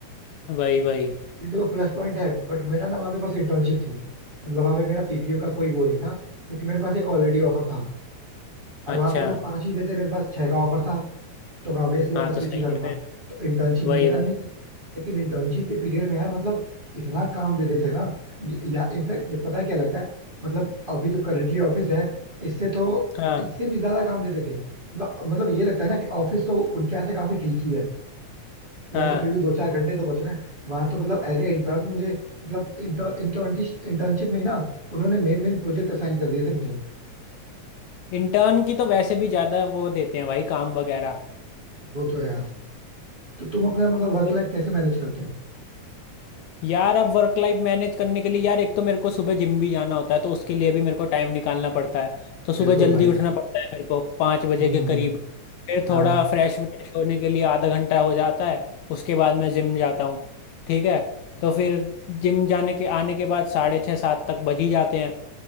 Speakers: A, on the left; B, on the right.
A: वही वही
B: ये देखो प्लस पॉइंट है बट मेरा ना वहाँ पे बस इंटर्नशिप थी मतलब वहाँ पे मेरा पीपीओ का कोई वो नहीं था क्योंकि मेरे पास एक ऑलरेडी ऑफर था और
A: अच्छा
B: वहाँ पे वो लोग पांच ही देते मेरे पास छह का ऑफर था तो मैं ऑब्वियसली बात
A: हाँ
B: है
A: तो
B: स्विच
A: सही
B: ही करूंगा
A: है फिर
B: तो इंटर्नशिप मुझे
A: वही
B: करनी
A: वही
B: थी लेकिन इंटर्नशिप के पीरियड में यार मतलब इतना काम दे देते ना ये- या इनफैक्ट ये पता है क्या लगता है मतलब अभी जो करंटली ऑफिस है इससे तो
A: हाँ
B: इससे भी ज्यादा काम देते थे मतलब मतलब ये लगता है ना कि ऑफिस तो उनके यहाँ से काफी ठीक ही है यहाँ
A: हाँ
B: तो फिर भी दो चार घंटे तो बच रहे हैं वहां तो मतलब एज ए इंटर्न मुझे मतलब इंटर्नशिप इंटर्नशिप में ही ना उन्होंने मेन मेन प्रोजेक्ट असाइन कर दिए थे मुझे
A: इंटर्न की तो वैसे भी ज्यादा वो देते हैं भाई काम वगैरह
B: वो तो है यार तो तुम अपना मतलब
A: वही।
B: वर्क लाइफ कैसे मैनेज करते हो
A: यार अब वर्क लाइफ मैनेज करने के लिए यार एक तो मेरे को सुबह जिम भी जाना होता है तो उसके लिए भी मेरे को टाइम निकालना पड़ता है तो सुबह
B: बिल्कुल
A: जल्दी
B: भाई
A: उठना पड़ता है मेरे को पाँच बजे
B: हम्म
A: के करीब फिर
B: हाँ
A: थोड़ा फ्रेश व्रेश होने के लिए आधा घंटा हो जाता है उसके बाद मैं जिम जाता हूँ ठीक है तो फिर जिम जाने के आने के बाद साढ़े छः सात तक बज ही जाते हैं